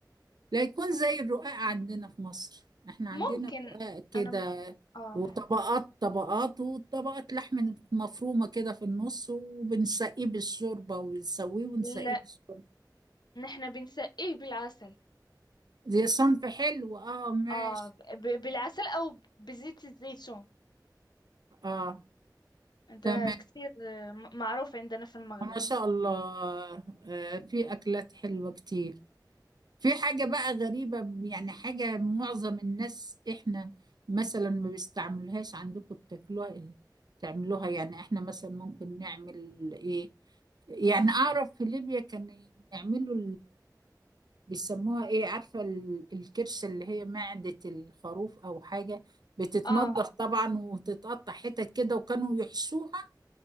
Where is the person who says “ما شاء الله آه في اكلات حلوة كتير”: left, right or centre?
Right